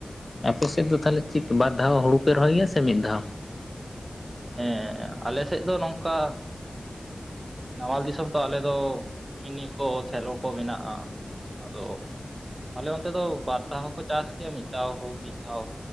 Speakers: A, on the left (about 35°); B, on the right (about 40°).
A: ᱟᱯᱮ ᱥᱮᱫ ᱫᱚ ᱛᱟᱦᱚᱞᱮ ᱪᱮᱫ ᱵᱟᱨ ᱫᱷᱟᱣ ᱦᱩᱲᱩ ᱯᱮ ᱨᱚᱦᱚᱭ ᱜᱮᱭᱟ ᱥᱮ ᱢᱤᱫ ᱫᱷᱟᱣ
B: ᱦᱮᱸ ᱟᱞᱮ ᱥᱮᱫ ᱫᱚ ᱱᱚᱝᱠᱟ ᱱᱟᱢᱟᱞ ᱫᱤᱥᱚᱢ ᱛᱚ ᱟᱞᱮᱫᱚ ᱢᱤᱱᱤ ᱠᱚ ᱥᱮᱞᱚ ᱠᱚ ᱢᱮᱱᱟᱜᱼᱟ ᱟᱫᱚ ᱟᱞᱮ ᱚᱱᱛᱮ ᱫᱚ ᱵᱟᱨ ᱦᱚᱸᱠᱚ ᱪᱟᱥ ᱜᱮᱭᱟ ᱢᱤᱫ ᱫᱷᱟ ᱦᱳ ᱢᱤᱫ ᱫᱷᱟᱣ